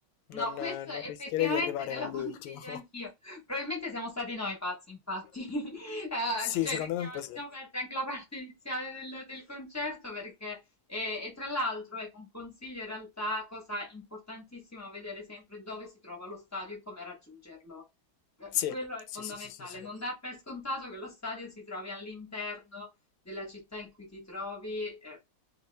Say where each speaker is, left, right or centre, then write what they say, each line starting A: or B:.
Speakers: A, on the left (about 25°); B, on the left (about 80°).
A: No,
B: Non,
A: questo
B: eh, non
A: effettivamente
B: rischierei di arrivare
A: te
B: all'ultimo.
A: lo consiglio anch'io. Probabilmente siamo stati noi pazzi, infatti.
B: <laughs>
A: <laughs> Eh,
B: Sì,
A: cioè,
B: secondo
A: rischiamo-
B: me un po'
A: ci
B: sì.
A: siamo persi anche la parte iniziale del, del concerto perché, e, e tra l'altro, ecco, un consiglio in realtà, cosa importantissima, vedere sempre dove si trova lo stadio e come raggiungerlo. Eh,
B: Sì,
A: Quello è
B: sì,
A: fondamentale,
B: sì, sì, sì, sì.
A: non dar per scontato che lo stadio si trovi all'interno della città in cui ti trovi, eh,